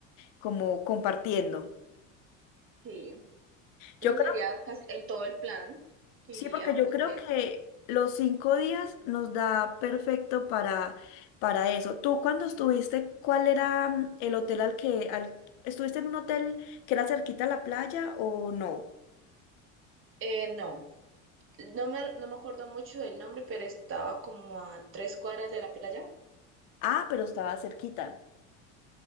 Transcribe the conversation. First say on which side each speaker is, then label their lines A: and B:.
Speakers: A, on the left; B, on the right.
A: como compartiendo.
B: Sí,
A: Yo
B: ese
A: creo
B: sería casi el, todo el plan que
A: Sí,
B: iríamos
A: porque yo creo
B: a hacer.
A: que los cinco días nos da perfecto para, para eso. Tú cuando estuviste, ¿cuál era mm, el hotel al que al, estuviste en un hotel que era cerquita a la playa o no?
B: Eh, no. No me, no me acuerdo mucho del nombre, pero estaba como a tres cuadras de la playa.
A: Ah, pero estaba cerquita.